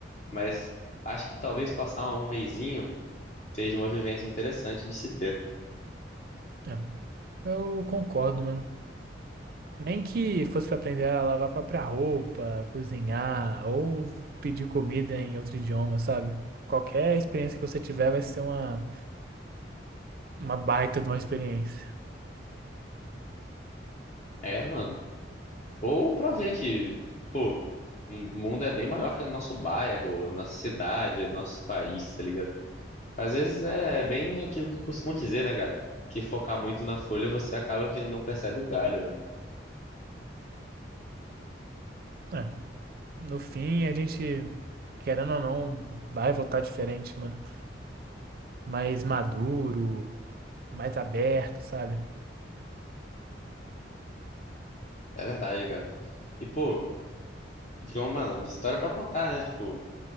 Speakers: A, on the left; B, on the right.
A: Mas acho que talvez passar um mesinho seja uma vivência interessante de se ter.
B: É, eu concordo, mano. Nem que fosse para aprender a lavar a própria roupa, cozinhar ou pedir comida em outro idioma, sabe? Qualquer experiência que você tiver vai ser uma, uma baita de uma experiência.
A: É, mano. Ou pra ver que, pô, o mundo é bem maior que o nosso bairro, nossa cidade, nosso país, tá ligado? Às vezes é bem aquilo que costumam dizer, né, cara? Que focar muito na folha você acaba que não percebe o galho, né?
B: É, no fim, a gente, querendo ou não, vai voltar diferente, mano. Mais maduro, mais aberto, sabe?
A: É verdade, cara. E, pô, então, mano, história pra contar, né? Tipo,